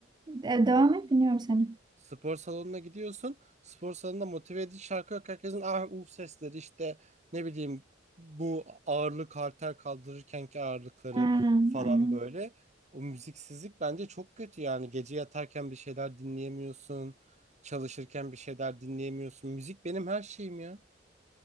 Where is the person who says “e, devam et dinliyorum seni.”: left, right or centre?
Right